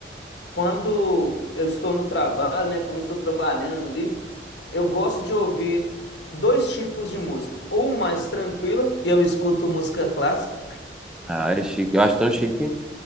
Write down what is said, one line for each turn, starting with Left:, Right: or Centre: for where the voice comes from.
Left: quando eu estou no trabalho, né? Quando eu estou trabalhando ali, eu gosto de ouvir dois tipos de música. Ou mais tranquila, e eu escuto música clássica.
Centre: Ah, é chique. Eu acho tão chique